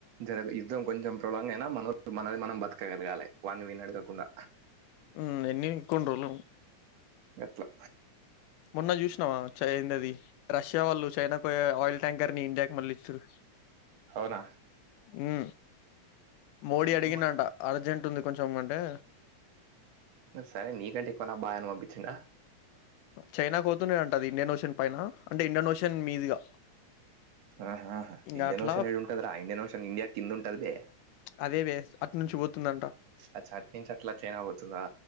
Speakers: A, on the right (about 60°); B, on the left (about 90°).
A: జర యుద్దం కొంచెం ప్రొ లాంగ్ అయినా మనో మనది మనం బతకగలగాలి వాడ్ని వీడ్ని అడగకుండా
B: ఉమ్ ఎన్ని కొన్నిరోలు
A: గట్ల
B: మొన్న చూసినావా చై ఎందది రష్యా వాళ్ళు చైనాకు ఆయిల్ ట్యాంకర్ ని ఇండియాకి మళ్ళీచ్చురు.
A: హవునా
B: ఉ మోడీ అడిగిండంట
A: గాని.
B: అర్జెంటుంది కొంచం ఉంటే
A: సరే నీకంటే ఎక్కువనా భాయ్ అని పంపించిండా
B: చైనాకు పోతునే అంట ఇండియన్ ఓషన్ పైన అంటే ఇండియన్ ఓషిన్ మీదుగా
A: ఆహాహా
B: ఇంకా
A: ఇండియన్
B: అట్లా
A: ఓషన్ ఏడుంటది రా ఇండియన్ ఓషన్ ఇండియా కింద ఉంటది బే,
B: అదే వే అటు నుంచి పోతుందంట
A: అచ్చా అటునుంచె అట్లా చైనా పోతుందా.